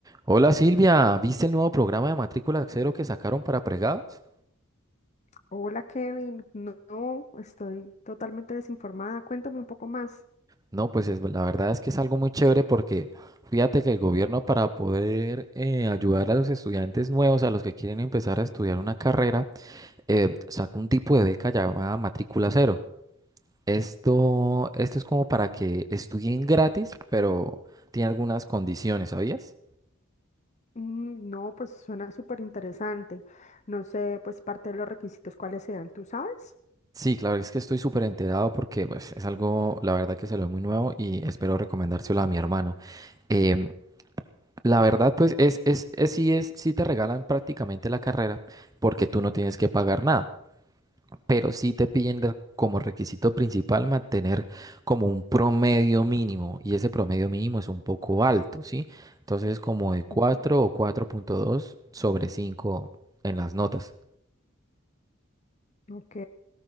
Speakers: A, on the right; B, on the left.
A: Hola Silvia, ¿viste el nuevo programa de matrícula cero que sacaron para pregados?
B: Hola Kevin, no, no, estoy totalmente desinformada. Cuéntame un poco más.
A: No, pues es- la verdad es que es algo muy chévere porque fíjate que el gobierno para poder eh, ayudar a los estudiantes nuevos, a los que quieren empezar a estudiar una carrera, eh, sacó un tipo de beca llamada matrícula cero. Esto, esto es como para que estudien gratis, pero tiene algunas condiciones, ¿sabías?
B: Mm, no, pues suena súper interesante. No sé, pues parte de los requisitos cuáles sean, ¿tú sabes?
A: Sí, claro, es que estoy súper enterado porque pues, es algo, la verdad que se lo muy nuevo y espero recomendárselo a mi hermano. Em, La verdad, pues es, es, es, sí es, sí te regalan prácticamente la carrera porque tú no tienes que pagar nada, pero sí te piden de- como requisito principal mantener como un promedio mínimo y ese promedio mínimo es un poco alto, ¿sí? Entonces como de cuatro
B: Mm,
A: o cuatro punto dos sobre 5 en las notas.
B: Ok.